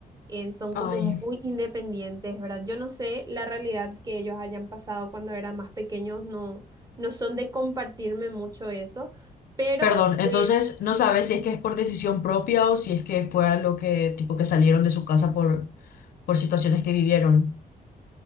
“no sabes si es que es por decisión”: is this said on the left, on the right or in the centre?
Left